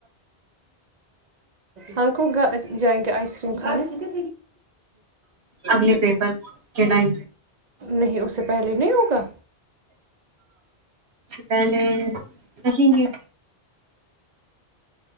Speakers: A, on the right (about 50°); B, on the right (about 80°).
A: ہم جائیں گے آئس کریم کھان میں
B: اگل پیپر کٹاائ
A: نہیں اس سے پہلے نہیں ہوگا
B: پہلے سکھیں گے